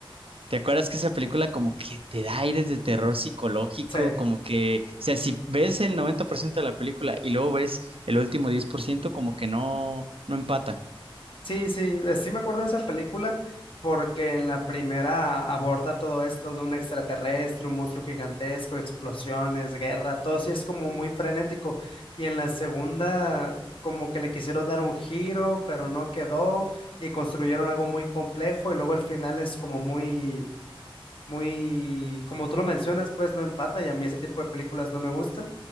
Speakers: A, on the right; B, on the left.
A: ¿Te acuerdas que esa película como que te da aires de terror psicológico?
B: sí.
A: Como que, o sea, si ves el 90% de la película y luego ves el último 10%, como que no, no empata.
B: Sí, sí, eh, sí me acuerdo de esa película porque en la primera aborda todo esto de un extraterrestre, un monstruo gigantesco, explosiones, guerra, todo sí es como muy frenético. Y en la segunda como que le quisieron dar un giro, pero no quedó y construyeron algo muy complejo y luego el final es como muy muy, como tú lo mencionas, pues no empata y a mí ese tipo de películas no me gustan.